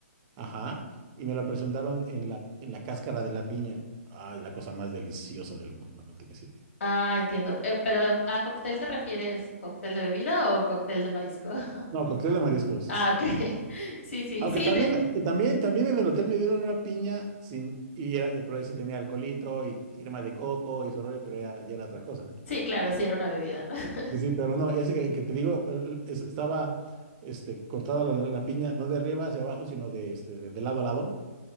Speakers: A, on the right; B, on the left.
A: ajá, y me la presentaron en la en la cáscara de la piña. Ah, la cosa más deliciosa del mundo, no tienes idea.
B: Ah, entiendo. Eh, pero ¿a cóctel te refieres cóctel de bebida o cóctel de marisco? <laughs>
A: No, cóctel de mariscos.
B: Ah, ok. <laughs> Sí, sí,
A: Aunque
B: sí,
A: también,
B: de-
A: la- también, también en el hotel me dieron una piña sin, y era- eh, pero sí tenía alcoholito y, y crema de coco y eso rollo, pero ya, ya era otra cosa.
B: sí, claro, sí era una bebida, ¿no? <laughs>
A: Sí, sí, pero no, ese que, que te digo, eh, eh, es- estaba este, cortada la, la- la piña, no de arriba hacia abajo, sino de, este, de, de lado a lado.